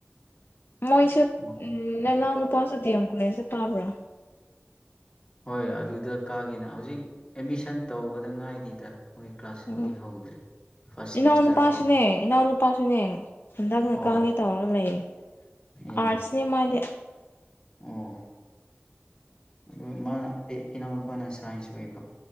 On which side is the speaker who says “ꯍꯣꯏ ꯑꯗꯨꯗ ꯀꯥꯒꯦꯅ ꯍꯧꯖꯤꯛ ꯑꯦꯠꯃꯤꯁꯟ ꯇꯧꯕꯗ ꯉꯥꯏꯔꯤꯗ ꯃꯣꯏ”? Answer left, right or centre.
Left